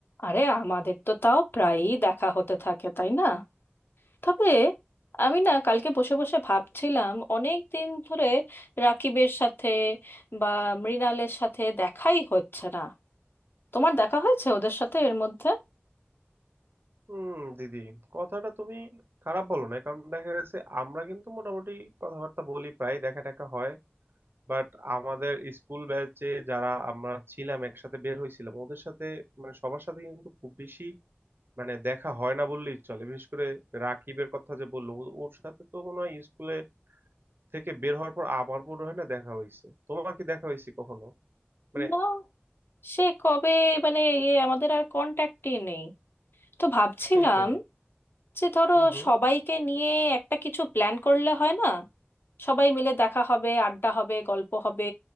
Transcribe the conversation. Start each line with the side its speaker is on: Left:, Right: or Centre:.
Left: আরে আমাদের তো তাও প্রায়ই দেখা হতে থাকে তাই না তবে আমি না কালকে বসে বসে ভাবছিলাম অনেক দিন ধরে রাকিবের সাথে বা মৃণালের সাথে দেখাই হচ্ছে না তোমার দেখা হয়েছে ওদের সাথে এর মধ্যে
Right: হুম দিদি কথাটা তুমি খারাপ বলো না কারণ দেখা গেছে আমরা কিন্তু মোটামুটি কথাবার্তা বলি প্রায় দেখা টাকা হয় বাট আমাদের স্কুল ব্যাচে যারা আমরা ছিলাম একসাথে বের হয়েছিলাম ওদের সাথে মানে সবার সাথে কিন্তু খুব বেশি মানে দেখা হয় না বললেই চলে বিশেষ করে রাকিবের কথা যে বললো ও- ওর সাথে তো মনে হয় স্কুলে থেকে বের হওয়ার পর আমার মনে হয় না দেখা হয়েছে তোমার কি দেখা হয়েছে কখনো মানে
Left: না সে কবে মানে ইয়ে আমাদের আর কন্ট্যাক্টই নেই তো ভাবছিলাম
Right: সেইটাই
Left: যে ধরো
Right: হুম হুম
Left: সবাইকে নিয়ে একটা কিছু প্ল্যান করলে হয় না সবাই মিলে দেখা হবে আড্ডা হবে গল্প হবে